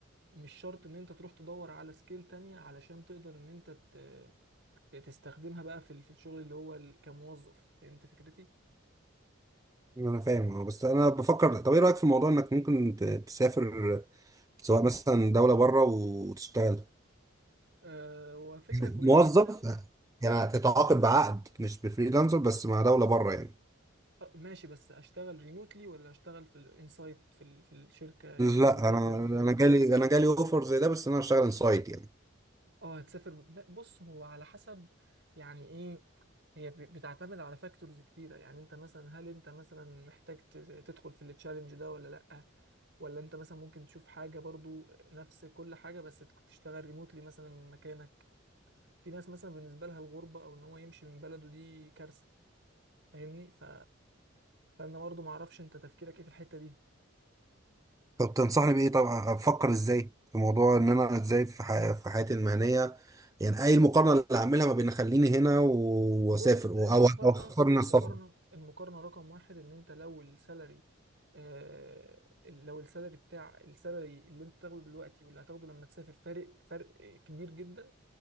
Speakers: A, on the right; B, on the right.
A: مش شرط ان انت تروح تدور على سكيل تانية علشان تقدر ان انت ت... تستخدمها بقى في ال- في الشغل اللي هو ال- كموظف فهمت فكرتي؟
B: انا فاهم اه بس انا بفكر طب ايه رايك في موضوع انك ممكن ت- تسافر سواء مثلا دوله بره وتشتغل
A: أه وفكرة
B: <laughs>
A: كويسة
B: موظف
A: جدا
B: يعني تتعاقد بعقد مش بفريلانسر بس مع دوله بره يعني
A: أه ماشي بس اشتغل ريموتلي ولا اشتغل في الانسايت في ال... في الشركة يعني لازم
B: لا
A: اسافر
B: انا انا جالي انا جالي اوفر زي ده بس انا هشتغل انسايد يعني
A: اه هتسافر ب- بص هو على حسب يعني ايه هي ب- بتعتمد على فاكتورز كتيرة يعني انت مثلا هل انت مثلا محتاج ت- تدخل في التشالنج ده ولا لأ ولا انت مثلا ممكن تشوف حاجة برضو نفس كل حاجة بس تك- تشتغل ريموتلي مثلا من مكانك في ناس مثلا بالنسبة لها الغربة او ان هو يمشي من بلده دي كارثة فاهمني ف... فانا برضو معرفش انت تفكيرك ايه في الحتة دي
B: طب تنصحني بايه طبعا افكر ازاي في موضوع ان انا ازاي في حي... في حياتي المهنيه يعني اي المقارنه اللي هعملها ما بين اخليني هنا و-
A: بص
B: واسافر او
A: المقارنة
B: او أو اختار
A: المقارنة
B: ان أنا اسافر
A: المقارنة رقم واحد ان انت لو السالري آه لو السالري بتاع السالري اللي انت تاخده دلوقتي واللي هتاخده لما تسافر فارق فرق كبير جدا